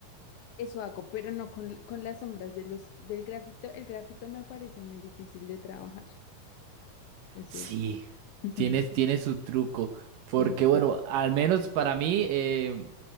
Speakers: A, on the left; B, on the right.
A: Eso hago, pero no con, con las sombras de los, del grafito. El grafito me parece muy difícil de trabajar. Eso
B: Sí,
A: es- <laughs>
B: tienes, tiene su truco.
A: Sí,
B: Porque bueno, al menos para mí, eh,